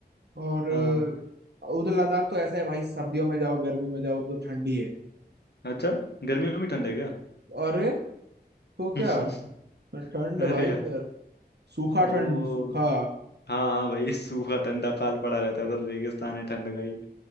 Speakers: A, on the right (about 75°); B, on the left (about 75°).
A: और अ,
B: हाँ
A: उधर लद्दाख तो ऐसा है भाई सर्दियों में जाओ गर्मी में जाओ उधर तो ठंडी है
B: अच्छा गर्मियों में भी ठंड है क्या
A: अरे तो
B: <laughs>
A: क्या ठंड
B: अरे
A: भाई
B: यार
A: उधर सूखा
B: ओ
A: ठंड सूखा
B: हाँ हाँ भाई सूखा ठंडा काल पड़ा रहता है उधर रेगिस्तान है ठंड का ही